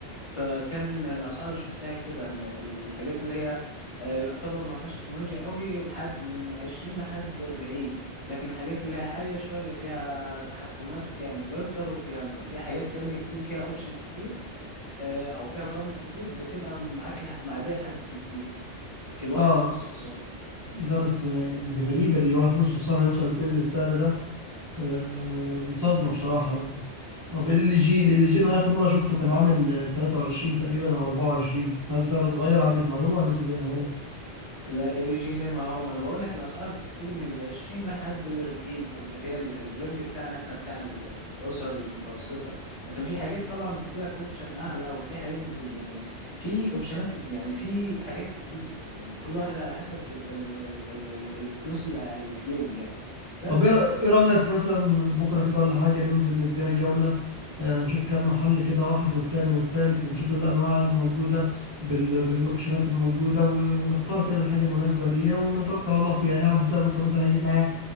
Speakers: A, on the left (about 30°); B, on the right (about 20°).
A: فكان الاسعار اللي شفتها كده ان ال- الحاجات اللي هي آه، يعتبر ما فيهاش تكنولوجيا قوي لحد من 20 لحد 40 لكن الحاجات اللي هي عالية شوية اللي فيها تحكمات وفيها انفلتر وفيها فيها حاجات تانية كتير فيها اوبشن كتير آه، او فيها برامج كتير بتبقى معاك لح- معدية لحد 60 في الواحد
B: اه
A: ونص حصان
B: ده بس يعني دي غريبه دي واحد ونص حصان هيوصل لكل السعر ده آه دي صدمه بصراحه يعني طب ال جي ال جي انا اخر مره شفته كان عامل آه، 23 تقريبا او 24 هل سعره اتغير عندك معلومه ولا لسه زي ما هو؟
A: لا ال جي زي ما هو ما انا بقول لك الاسعار بتبتدي من ال 20 لحد ال 40 في اللي هي ال- الرينج بتاعنا احنا بتاع ال- الاسر المتوسطه لكن في حاجات طبعا بتدي لك اوبشن اعلى وفي حاجات بت... يعني في اوبشنات كت... يعني في حاجات كتير يعني كل واحد على حسب ال... ال... ال... ال... ال- الفلوس اللي اللي في جيبه يعني بس
B: طب ايه إيه رأيك مثلا بكرة كده ولا حاجة ننزل نديها جولة آه، نشوف كام محل كده واحد والتاني والتالت ونشوف الأنواع الموجودة بال... بالأوبشنات الموجودة و... ونختار كده الحاجة المناسبة ليا ونتوكل على الله فيها نعمل حساب بكرة مثلا هجيب معايا